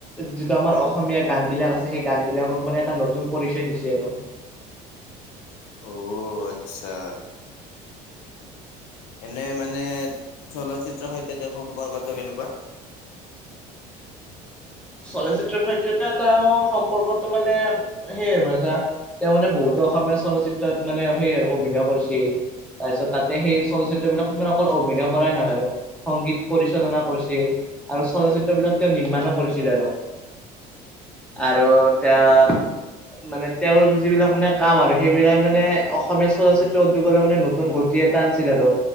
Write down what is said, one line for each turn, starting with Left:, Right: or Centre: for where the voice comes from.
Centre: যিটো আমাৰ অসমীয়া গান বিলাক আছে সেই গান বিলাকক মানে এটা নতুন পৰিচয় দিছে আৰু
Left: অ আচ্ছা এনেই মানে চলচ্চিত্ৰৰ সৈতে তেওঁৰ সম্পৰ্কটো কেনেকুৱা
Centre: চলচিত্ৰ সৈতে এটা সম্পৰ্কটো মানে সেইয়াই আৰু ম এটা তেওঁ মানে বহুতো অসমীয়া চলচিত্ৰত মানে সেই অভিনয় কৰিছিল তাৰপিছত তাতে সেই চলচ্চিত্ৰ বিলাক মান অকল অভিনয় কৰাই নহয় আৰু সংগীত পৰিচালনা কৰিছিল আৰু চলচিত্ৰ বিলাক তেওঁ নিৰ্মাণো কৰিছিল। আৰু এয়া
Left: উম, উম,
Centre: মানে তেওঁৰ যিবিলাক মানে কাম আৰু সেইবিলাক মানে অসমীয়া চলচিত্ৰ উদ্যোগলৈ মানে নতুন গ গতি এটা আনিছিল আৰু